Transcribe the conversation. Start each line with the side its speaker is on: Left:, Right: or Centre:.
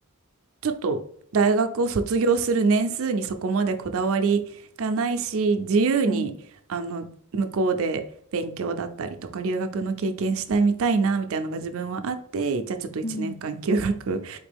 Right: ちょっと大学を卒業する年数にそこまでこだわりがないし、自由にあの向こうで勉強だったりとか留学の経験したいみたいなみたいなのが自分はあって、
Left: うん、
Right: じゃあちょっと1年間休学、
Left: うん。